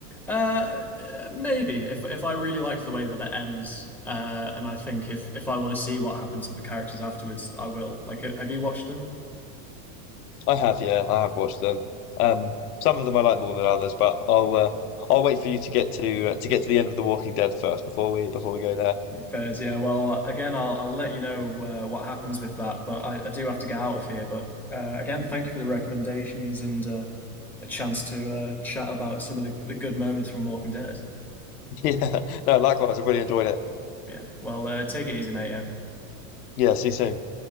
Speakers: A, in the centre; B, on the left (about 85°).
A: Uh, maybe if if I really like the way that it ends, uh, and I think if if I want to see what happens with the characters afterwards, I will. Like, ha- have you watched them?
B: I have, yeah, I have watched them. Um, some of them I like more than others, but I'll uh, I'll wait for you to get to uh, to get to the end of The Walking Dead first before we before we go there. <laughs>
A: Fairs, yeah. Well, again, I'll I'll let you know uh, what happens with that, but I, I do have to get out of here. But uh, again, thank you for the recommendations and uh, a chance to uh, chat about some of the, the good moments from Walking Dead.
B: Yeah, no, likewise, I've really enjoyed it.
A: Yeah. Well, uh, take it easy, mate. Yeah.
B: Yeah, see you soon.